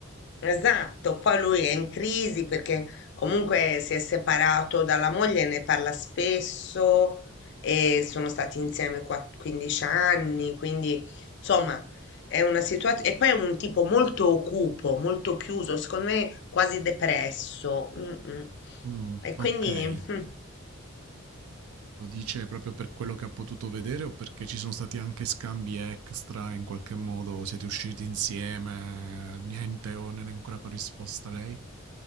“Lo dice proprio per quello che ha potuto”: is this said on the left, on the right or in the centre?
Right